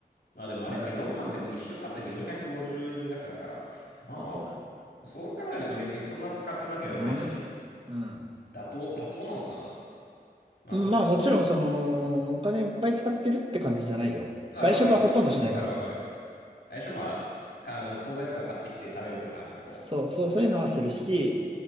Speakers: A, on the left; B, on the right.
A: まあ、でもあれか、
B: あ、自炊とか。
A: 4万でも1食あたり450円弱だから。ま
B: まあ、そうだね。
A: あ、そう考えると別にそんな使ってるわけでもないし、
B: よんま万ぐらいかな。
A: 妥当、妥当なのかな。まあちょっと、
B: うん。まあ、もちろん、その、お金いっぱい使ってるって感じじゃないよ。
A: まあわかるよ。
B: 外食はほとんどしないから。
A: わかるわかる。最初まあ、か、あの、惣菜とか買ってきて食べるとかなんかこ
B: そう、そう、そういうのはするし、